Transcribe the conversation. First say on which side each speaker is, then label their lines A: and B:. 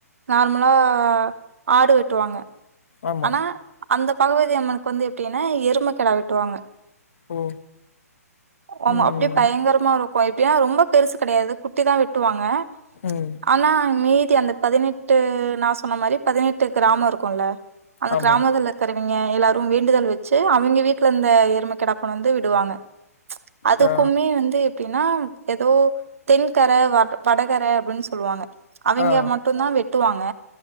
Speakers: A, on the right (about 55°); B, on the left (about 50°).
A: நார்மலா ஆடு வெட்டுவாங்க
B: ஆமா
A: ஆனா அந்த பகவதி அம்மனுக்கு வந்து எப்டினா எரும கெடா வெட்டுவாங்க
B: ஓ
A: ஆமா
B: ம்
A: அப்டி பயங்கரமாருக்கோ எப்டினா ரொம்ப பெருசு கெடையாது குட்டிதா வெட்டுவாங்க
B: ம்
A: ஆனா மீதி அந்த பதினெட்டு நா சொன்ன மாரி பதினெட்டு கிராமோ இருக்குல்ல அந்த
B: ஆமா
A: கிராமதுல இருக்குற ங்க எல்லாரு வேண்டுதல் வெச்சு அவிங்க வீட்ல இந்த எரும கெடா கொண்ணாந்து விடுவாங்க அதுக்குமே
B: ஆ
A: வந்து எப்டினா எதோ தென்கர வ வடகர அப்டின் சொல்லுவாங்க அவிங்க
B: ஆ
A: மட்டுந்தா வெட் டு வாங்க